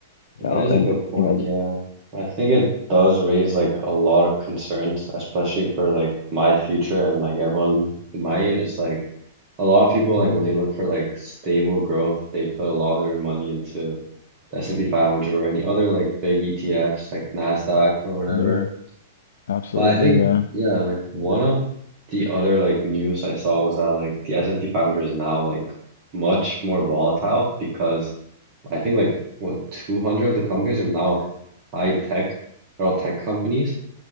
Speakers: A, on the right; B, on the left.
A: That
B: you know,
A: is
B: and
A: a good point,
B: you know
A: yeah. I think it does raise like a lot of concerns, especially for like my future and like everyone my age. It's like a lot of people
B: mm,
A: like when they look for like stable growth, they put a lot of their money into the S&P 500 or any other like big ETFs like NASDAQ or whatever.
B: yeah, absolutely
A: But I think,
B: yeah.
A: yeah, like one of the other like news I saw was that like the S&P 500 is now like much more volatile because I think like what 200 of the companies are now high tech, they're all tech companies,